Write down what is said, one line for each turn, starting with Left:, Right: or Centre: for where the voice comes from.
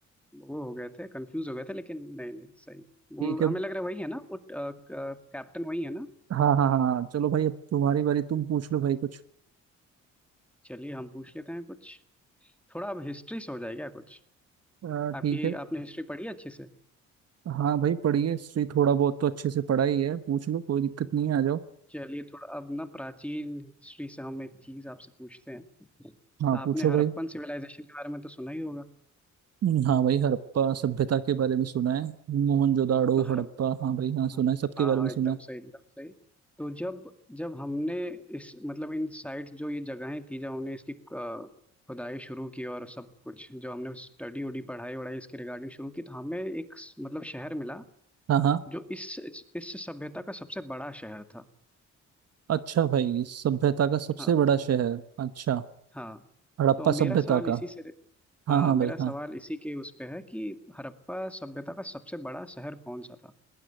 Centre: वो हो गए थे कंफ्यूज हो गए थे लेकिन नहीं नहीं सही वो
Right: ठीक है
Centre: हमें लग रहा है वही है ना वो कैप्टन वही है ना
Right: हाँ हाँ हाँ हाँ। चलो भाई अब तुम्हारी बारी तुम पूछ लो भाई कुछ
Centre: चलिए हम पूछ लेते हैं कुछ थोड़ा अब हिस्ट्री से हो जाएगा कुछ
Right: अ,
Centre: आपकी
Right: ठीक है
Centre: आपने हिस्ट्री पढ़ी है अच्छे से
Right: हाँ भाई पढ़िए हिस्ट्री थोड़ा बहुत तो अच्छे से पढ़ा ही है पूछ लो कोई दिक्कत नहीं है, आ जाओ
Centre: चलिए थोड़ा अब ना प्राचीन हिस्ट्री से हम एक चीज आपसे पूछते हैं
Right: हाँ
Centre: आपने
Right: पूछो
Centre: हड़प्पन
Right: भाई
Centre: सिविलाइजेशन के बारे में तो सुना ही होगा
Right: हम्म, हाँ भाई हड़प्पा सभ्यता के बारे में सुना है मोहनजोदाड़ो
Centre: तो हाँ
Right: हड़प्पा हाँ भाई हाँ सुना
Centre: हाँ
Right: है सबके बारे
Centre: हाँ,
Right: में सुना
Centre: एकदम
Right: है
Centre: सही एकदम सही तो जब जब हमने इस मतलब इन साइट्स जो ये जगहें थी जब हमने इसकी अ, खुदाई शुरू की और सब कुछ जो हमने स्टडी उडी पढ़ाई वढ़ाई इसके रिगार्डिंग शुरू की तो हमें एक स- मतलब शहर मिला
Right: हाँ हाँ
Centre: जो इस इस इस सभ्यता का सबसे बड़ा शहर था
Right: अच्छा भाई सभ्यता का सबसे
Centre: हाँ
Right: बड़ा शहर अच्छा
Centre: हाँ
Right: हड़प्पा
Centre: तो मेरा
Right: सभ्यता
Centre: सवाल
Right: का
Centre: इसी से
Right: हाँ
Centre: हाँ
Right: हाँ
Centre: मेरा
Right: भाई
Centre: सवाल
Right: हाँ
Centre: इसी के उस पे है कि हड़प्पा सभ्यता का सबसे बड़ा शहर कौन सा था